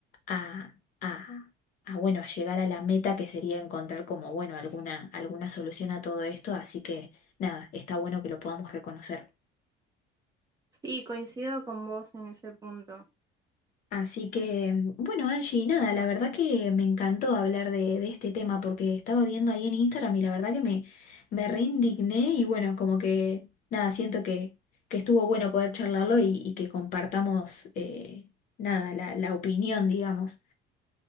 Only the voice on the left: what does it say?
a, a, a, bueno, a llegar a la meta que sería encontrar como, bueno, alguna, alguna solución a todo esto. Así que nada, está bueno que lo podamos reconocer.
Así que, mm, bueno, Angie, nada, la verdad que me encantó hablar de, de este tema porque estaba viendo ahí en Instagram y la verdad que me, me reindigné y bueno, como que, nada, siento que, que estuvo bueno poder charlarlo y, y que compartamos, eh, nada, la, la opinión, digamos.